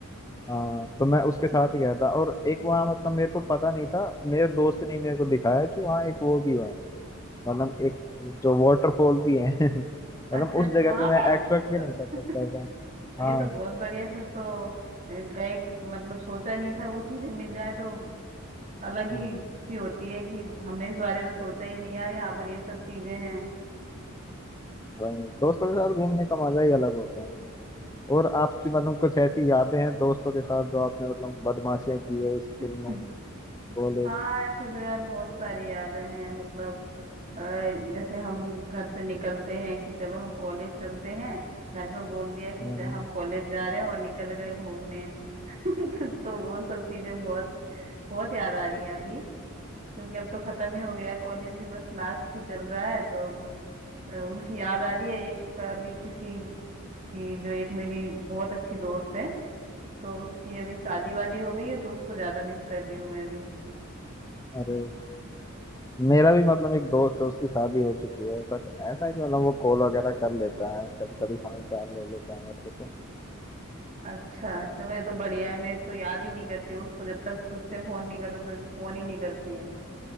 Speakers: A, on the left; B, on the right.
A: हाँ तो मैं उसके साथ ही गया था और एक वहाँ मतलब मेरे को पता नहीं था मेरे दोस्त ने मेरे को दिखाया कि वहाँ एक वो भी है मतलब एक जो वाटरफॉल भी है <laughs> मतलब
B: अच्छा अच्छा
A: उस जगह
B: वहां
A: पे मैं
B: पर
A: एक्सपेक्ट भी
B: तो
A: नहीं कर सकता था
B: ये
A: हाँ
B: तो बहुत बढ़िया फिर तो ए, गए मतलब सोचा ही नहीं था वो चीजें मिल जाए तो अलग ही
A: हम्म।
B: खुशी होती है कि हमने इस बारे में सोचा ही नहीं यार यहाँ पर ये सब चीजें हैं
A: वही दोस्तों के साथ घूमने का मजा ही अलग होता है और आपकी मतलब कुछ ऐसी यादें हैं दोस्तों के साथ जो आपने मतलब बदमाशियां की है स्कूल
B: <laughs>
A: में कॉलेज
B: हाँ ऐसी तो यार बहुत सारी यादें हैं मतलब अ, जैसे हम घर से निकलते हैं कि चलो हम कॉलेज चलते हैं घर पे बोल दिया कि
A: में
B: च- हम कॉलेज जा रहे हैं और निकल गए घूमने <laughs> तो, तो वो सब चीजें बहुत बहुत याद आ रही हैं अभी क्योंकि अब तो खत्म ही हो गया है कॉलेज भी बस लास्ट ही चल रहा है तो अब अ, उनकी याद आ रही है एक अभी किसी की जो एक मेरी बहुत अच्छी दोस्त है तो उसकी अभी शादी वादी हो गई है तो उसको ज्यादा मिस कर रही हूँ मैं अभी
A: अरे मेरा भी मतलब एक दोस्त है उसकी शादी हो चुकी है बट ऐसा है कि मतलब वो कॉल वगैरह कर लेता है कभी कभी हाल चाल ले लेता है मेरे से
B: अच्छा चलो ये तो बढ़िया है मेरे तो याद ही नहीं करती उसको जब तक खुद से फोन नहीं करूँ तो फोन ही नहीं करती है